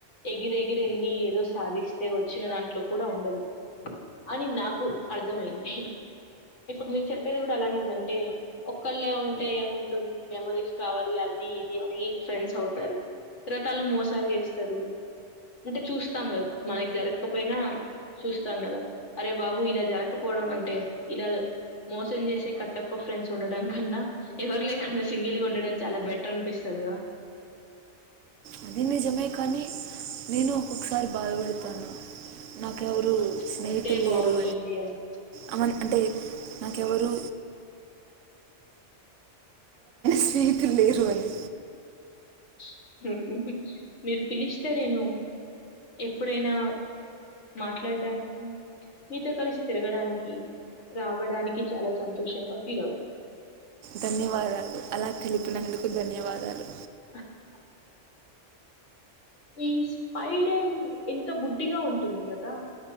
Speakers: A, on the left (about 70°); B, on the right (about 85°).
A: ఎగిర ఎగిర వెళ్లి ఏదో సాధిస్తే ఏ వచ్చిన దాంట్లో కూడా ఉండదు అని నాకు అర్థమయింది ఇప్పుడు మీకు చెప్పేది కూడా అలానే ఉందంటే ఒక్కళ్ళే ఉంటే ఏముంటుంది మెమరీస్ కావాలి అది అని ఫ్రెండ్స్ అవుతారు తర్వాత వాళ్ళు మోసాలు చేస్తరు అంటే చూస్తాం కదా మనకి జరగకపోయినా చూస్తాం కదా అరే బాబు ఇలా జరకపోవడం అంటే ఇలా మోసం చేసే కట్టప్ప ఫ్రెండ్స్ ఉండడం కన్నా ఎవరు లేకుండా సింగిల్గా ఉండడం చాలా బెటర్ అనిపిస్తుంది స్తది కదా
B: అది నిజమే కానీ నేను ఒక్కొక్కసారి బాధపడతాను నాకెవరు
A: మ్
B: స్నేహితులు
A: ఉంటే బాగుంటుందీ
B: లేరు
A: అని
B: అమన్ అంటే నాకెవరు స్నేహితులు లేరు అని
A: <inaudible> మీరు పిలిస్తే నేను ఎప్పుడైనా మాట్లాడానికి మీతో కలిసి తిరగడానికి రావడానికి చాలా సంతోషంగా ఫీల్ అవుతాం
B: ధన్యవాదాలు అలా తెలిపినందుకు ధన్యవాదాలు
A: హా హహ ఈ స్పైడల్ ఎంత బుడ్డిగా ఉంటుంది గదా